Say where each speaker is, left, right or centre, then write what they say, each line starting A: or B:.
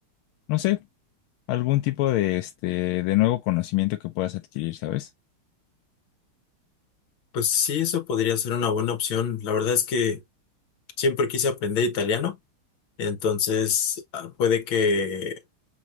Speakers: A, on the left; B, on the left.
A: no sé, algún tipo de este de nuevo conocimiento que puedas adquirir, ¿sabes?
B: Pues sí, eso podría ser una buena opción. La verdad es que siempre quise aprender italiano, entonces ah, puede que,